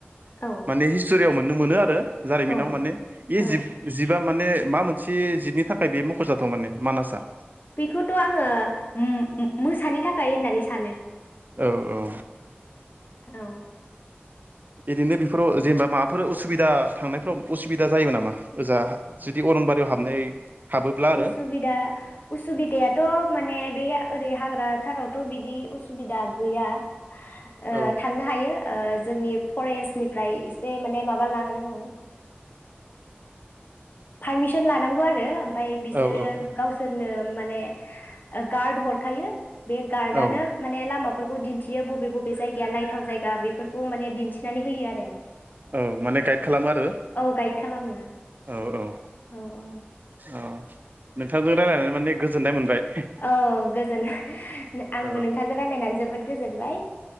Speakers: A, on the left (about 50°); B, on the right (about 45°).
A: औ
B: माने हिस्टरियाव मोन नुनो मोनो आरो जारिमिनाव
A: औ
B: माने इ
A: ओं
B: जिब जिबा माने मा मोनसे जितनि थाखाय बे मख'जाथाव माने मानासआ?
A: बेखौथ आङो म-मो-मोसानि थाखाय खाय होन्नानै सानो।
B: औ औ।
A: औ।
B: बिदिनो बेफोराव जेनेबा माबाफोर उसुबिदा थांनायफ्राव उसुबिदा जायो नामा ओजा जुदि अर'नबारियाव हाबनाय हाबोब्ला आरो
A: उसुबिदा उसुबिदायाथ माने बे ओरै हाग्रा थारावथ बिदि उसु सुबुबिदा गैया ओ
B: औ
A: थांनो हायो ओ जोंनि फरेस्टनिफ्राय एसे माने माबा लागोनांगौ। पारमिसन लानांगौ आरो ओमफाय बिसोरो
B: औ औ
A: गावसोरनो माने गार्ड हरखायो बे गार्डआनो
B: औ
A: माने लामा बेफोरफोरखौ दिन्थियो बबे बबे जायगाया नायथाव जायगा बेफोरखौ माने दिन्थिनानै होयो आरो।
B: औ माने गाइड खालामो आरो।
A: औ गाइड खालामो।
B: औ औ
A: औ औ।
B: औ नोंथांजों रायज्लायनानै माने गोजोननाय मोनबाय।
A: औ गोजोन आंबो
B: औ
A: नोंथाजों रायज्लायनानै जो। जोबोद गोजोनबाय।